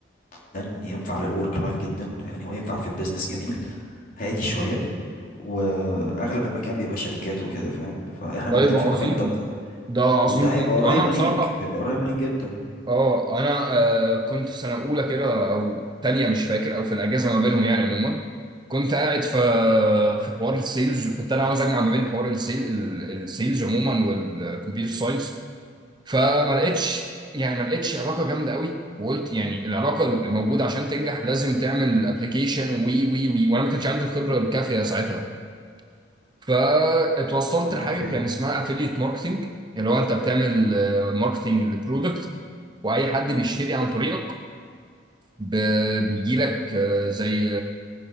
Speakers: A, on the left (about 50°); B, on the right (about 25°).
A: جدا ينفع للورك لايف جدا يعني وينفع في البيزنس جميل هادي شويه واغلب المكان بيبقى شركات وكده فاهم فاحنا
B: طيب
A: موجودين في
B: عظيم
A: مكان تط...
B: ده عظيم
A: وده هيبقى
B: موت
A: قريب
B: وانا بصراحه
A: ليك هيبقى قريب ليك جدا
B: اه انا آه كنت في سنه اولى كده او تانية مش فاكر او في الاجازه ما بينهم يعني عموما كنت قاعد في في حوار السيلز وكنت انا عاوز اجمع ما بين حوار السيل ال- السيلز عموما والكمبيوتر ساينس فما لقيتش يعني ما لقيتش علاقه جامده قوي وقلت يعني العلاقه اللي موجوده عشان تنجح لازم تعمل ابلكيشن وي وي وي وانا ما كانش عندي الخبره الكافيه ساعتها فاتوصلت
A: امم
B: لحاجه
A: اوكي
B: كان اسمها افيليت ماركتنج اللي هو انت بتعمل ماركتنج للبرودكت واي حد بيشتري عن طريقك بيجي لك آه، زي